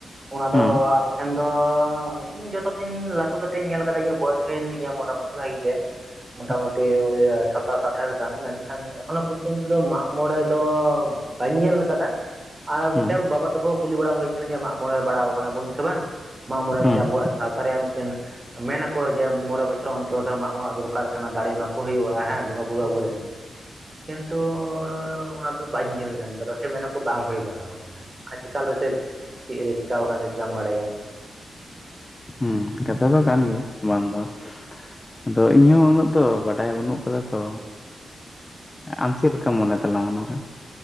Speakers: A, on the right; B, on the left.
A: ᱚᱱᱟ
B: ᱦᱩᱸ
A: ᱫᱚ᱾ ᱥᱮᱱ ᱫᱚ ᱤᱧ ᱡᱚᱛᱚ ᱫᱤᱱ ᱞᱟᱹᱴᱩ ᱠᱟᱹᱛᱮᱧ ᱧᱮᱞ ᱟᱠᱟᱫᱟ ᱤᱧᱟᱹᱜ ᱵᱚᱭᱮᱥ ᱦᱩᱭ ᱮᱱ ᱛᱤᱧᱟ ᱢᱚᱴᱟ ᱢᱩᱴᱤ ᱵᱷᱟᱜᱮ ᱜᱮ᱾
B: <inaudible>
A: ᱢᱚᱴᱟ ᱢᱩᱴᱤ ᱳᱭ ᱥᱟᱛᱟᱥ ᱟᱴᱷᱟᱥ ᱜᱟᱱ ᱢᱮᱱᱠᱷᱟᱱ ᱮᱠᱷᱚᱱᱳ ᱯᱚᱨᱡᱚᱱᱛᱚ ᱫᱚ ᱢᱟᱜ ᱢᱚᱬᱮ ᱫᱚ᱾ ᱵᱟᱹᱧ ᱧᱮᱞ ᱠᱟᱫᱟ ᱟᱨ
B: ᱦᱩᱸ
A: ᱥᱮᱢ ᱵᱟᱵᱟ ᱛᱟᱠᱚ ᱦᱚᱸ ᱠᱩᱞᱤ ᱵᱟᱲᱟ ᱦᱩᱭ ᱠᱟᱱᱟ ᱡᱮ ᱢᱟᱜ ᱢᱚᱬᱮ ᱵᱟᱲᱟᱣ ᱠᱟᱱᱟ ᱵᱚᱱ ᱥᱮ ᱵᱟᱝ᱾ ᱢᱟᱜ ᱢᱚᱬᱮ
B: ᱦᱩᱸ
A: ᱢᱤᱫᱴᱮᱱ ᱟᱵᱚᱣᱟᱜ ᱥᱟᱶᱛᱟ ᱨᱮᱭᱟᱜ ᱢᱤᱫᱴᱮᱱ ᱢᱮᱱ ᱟᱠᱚ ᱡᱮ ᱢᱚᱬᱮ ᱵᱚᱪᱷᱚᱨ ᱚᱱᱛᱚᱨ ᱢᱟᱜ ᱢᱚᱬᱮᱜ ᱫᱚᱨᱠᱟᱨ ᱠᱟᱱᱟ ᱫᱟᱲᱮ ᱮᱢᱟ ᱠᱚ ᱦᱩᱭᱩᱜᱼᱟ᱾ ᱦᱮᱸ ᱵᱚᱸᱜᱟ ᱵᱩᱨᱩ ᱟᱵᱚ ᱨᱮᱱ᱾ ᱠᱤᱱᱛᱩ ᱚᱱᱟ ᱫᱚ ᱵᱟᱹᱧ ᱧᱮᱞ ᱧᱟᱢ ᱠᱟᱫᱟ ᱥᱮ ᱢᱮᱱᱟ ᱠᱚ ᱵᱟᱝ ᱦᱩᱭ ᱟᱠᱟᱱᱟ᱾ <unintelligible> ᱪᱮᱠᱟᱞ ᱨᱮ ᱪᱚ ᱪᱮᱫ ᱨᱮ ᱪᱤᱠᱟᱣ ᱟᱠᱟᱱ ᱪᱮᱠᱟᱢ ᱵᱟᱲᱟᱭᱟ᱾
B: ᱦᱮᱸ ᱠᱟᱛᱷᱟ ᱫᱚ ᱠᱟᱱ ᱜᱮᱭᱟ ᱵᱟᱝ ᱫᱚ᱾ ᱟᱫᱚ ᱤᱧ ᱦᱚ ᱩᱱᱟᱹᱜ ᱫᱚ ᱵᱟᱰᱟᱭ ᱵᱟᱹᱱᱩᱜ ᱠᱟᱫᱟ ᱛᱚ᱾ ᱟᱢ ᱪᱮᱫ ᱞᱮᱠᱟᱢ ᱢᱚᱱᱮ ᱛᱟᱞᱟᱝ ᱚᱱᱟ ᱨᱮ᱾